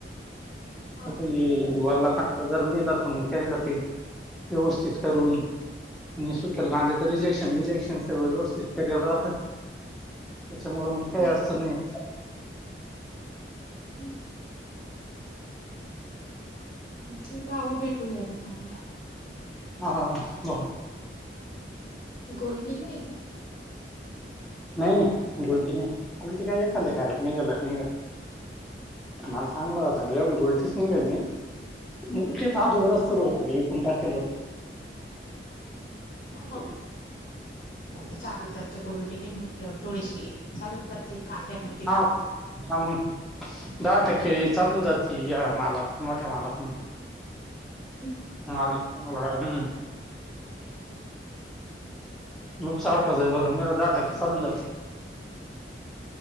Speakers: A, on the left; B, in the centre.
A: मग
B: यत य वला का. जर नेल तमंग त्याला ते व्यवस्थित करून. आणि सुकेल कांद्याच रिजेक्शन बिजेक्शन सगळ व्यवस्थित करेल राहत.
A: <inaudible>
B: त्याच्या मुळ मग काही
A: तेच
B: अडचण
A: ना
B: नाही येत.
A: हम्म. ते भावं भेटून जातं चांगला.
B: हा हा हा बंर.
A: गोल्टी नाही हे का.
B: नाही नाही गुलटी नाही गुलटी काय एखाद्या घरात निघलन. निघा माल चांगला होता एवढी गलटीचं निघेल ती. मुल
A: हम्म
B: केच आदूररसतर हो मी एकूण टाकेल होत.
A: हो तू चालून जात गोलटी नाही म्हंटलं वर थोडीशी. चालून जाते कांद्यांमध्ये
B: हा
A: पण.
B: हा मग दहा टक्के चालून जाते या मालात मोठ्या मालात मग.
A: <inaudible>
B: हाम्म हंम हंम. मग सारखं जर भरून गेलं दहा टक्के चालून जाते.